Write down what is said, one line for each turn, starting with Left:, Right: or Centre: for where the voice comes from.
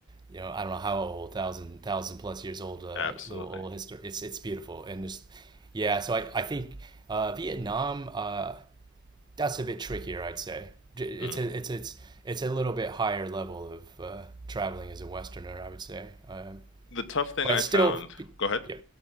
Right: you know, I don't know how old, thousand thousand plus years old, uh,
Left: absolutely.
Right: little old history. It's it's beautiful and just yeah. So I I think uh, Vietnam uh, that's a bit trickier, I'd say. It's
Left: Mm.
Right: a it's it's it's a little bit higher level of uh, traveling as a Westerner, I would say. Um,
Left: The tough thing
Right: but
Left: I
Right: it's
Left: found,
Right: still,
Left: go ahead.
Right: yeah,